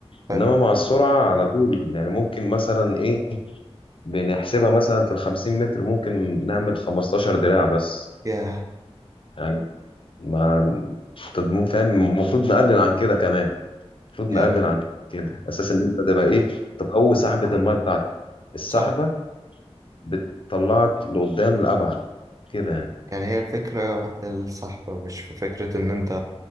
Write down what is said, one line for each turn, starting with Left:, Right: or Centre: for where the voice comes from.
Right: حلو
Left: إنما مع السرعة على طول يعني ممكن مثلا إيه بنحسبها مثلا في الخمسين متر ممكن نعمل خمستاشر دراع بس
Right: ياه
Left: يعني ما تضمون فاهم المفروض نقلل عن كده كمان المفروض
Right: يعني
Left: نقلل عن كده أساس إن أنت تبقى إيه تقوي سحبة المية بتاعتك السحبة
Right: صح
Left: بتطلعك لقدام لأبعد كده يعني
Right: يعني هي الفكرة الصحبة مش في فكرة إن أنت